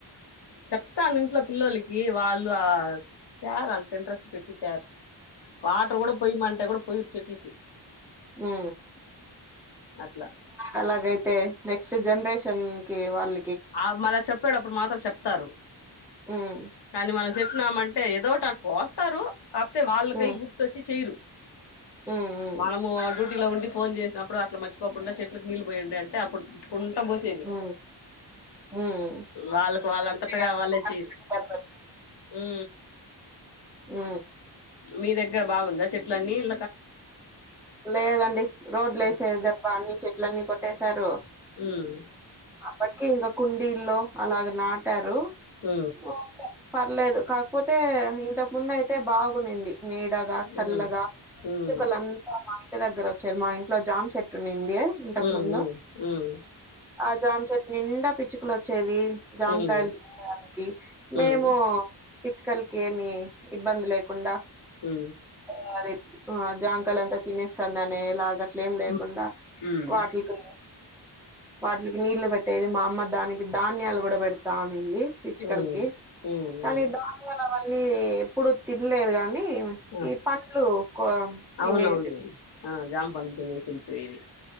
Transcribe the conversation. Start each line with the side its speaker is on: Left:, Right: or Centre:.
Left: చెప్తాను ఇంట్లో పిల్లలకి వాళ్ళు ఆ త్యరూ అంత ఇంట్రెస్ట్ పెట్టి త్యారు వాటర్ కూడా పోయామంటే కూడా పోయారు చెట్లకి
Centre: హు
Left: అట్లా
Centre: అలాగైతే నెక్స్ట్ జనరేషన్ చెన్ కే వాళ్ళ
Left: ఆ మళ్ళ చెప్పేటప్పుడు మాత్రం చెప్తారు
Centre: ఉమ్
Left: కానీ మనకు చెప్పినామంటే ఏదోటి పోస్తారు కాకపోతే వాళ్ళకై
Centre: ఉమ్
Left: గుర్తుొచ్చి చేయరు
Centre: ఉమ్ ఉమ్
Left: మనము అడు లో ఉండి ఫోన్ చేసినప్పుడు అట్లా మర్ిపోకుండా చెట్లకు నీళ్ళుపోయండి అంటే అప్పుడు కుంటబో సేది
Centre: ఉమ్ హ్మ్
Left: వాళ్ళకు వాళ్ళంతటగా
Centre: చేయాలి.
Left: వాళ్ళే
Centre: ఒక
Left: చేయరు
Centre: రిమైండర్
Left: ఆ
Centre: ఉ
Left: మీ దగ్గర బాగుందా చెట్ల అీ ఇ
Centre: లేదండి రోడ్లు
Left: ఉమ్
Centre: వసేది దేభ అన్ని చెట్ అట్లన్నీ కొట్టేశారు
Left: ఉమ్
Centre: కకి ఇంకా కుండీల్లో అలాగ నాటారు
Left: ఆ
Centre: ఓకే పర్లేదు కాకపోతే ఇంతకు ముందు అయితే బాగా ఉన్నింది నీడగా చల్లగా
Left: ఉమ్ ఉమ్
Centre: కల అంత మా ఇక దగ్గర వచ్చారు మా ఇంట్లో జామ్ చెట్టు ఉన్నింది ఇంతక
Left: హ్మ్.
Centre: ముందు
Left: హ్మ్.
Centre: ఆ జమాచెట్లు నిండా పిచ్చుకలు వచ్చేదీ. జామకాయలు
Left: హ్మ్.
Centre: తినేదానికి
Left: హ్మ్.
Centre: మేమూ. పిచ్చుకల్కి ఏమీ ఇబ్బంది లేకుండా.
Left: హ్మ
Centre: <unintelligible> ఆ జాంకాయ్ల్ అంతా తినేస్తాందనే ఎలాగ అట్లేం లేకుండా
Left: హ్మ్. హ్మ్. హ్మ్.
Centre: వాటిల్కీ. వాటిల్కి నీళ్లు పెట్టేది. మా అమ్మ దానికి ధాన్యాలు కూడా పెడతా అని ని. పిచ్చుకల్కీ
Left: హ్మ్. హ్మ్. హ్మ్.
Centre: కానీ ధాన్యాల్ అవన్ అన్నీ ఎప్పుడు తినలేదు గానీ ఏమ్
Left: ఆ!
Centre: ఈ పండ్లూ కోం తినేటి
Left: అవునవునులెండి. ఆ జాం పండు తినేసి ఎళ్పోయేవి.